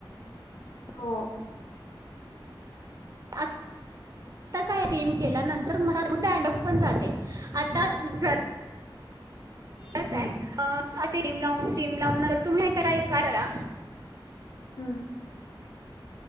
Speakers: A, on the left (about 60°); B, on the right (about 45°).
A: हो
B: आता काय रिम केल्यानंतर डँडरफ पण जाते आता जर-
A: हम्म
B: कस आहे अं ते- क्रीम लावून स्टीम लावून टर तुम्ही हे करा काय करा
A: हूं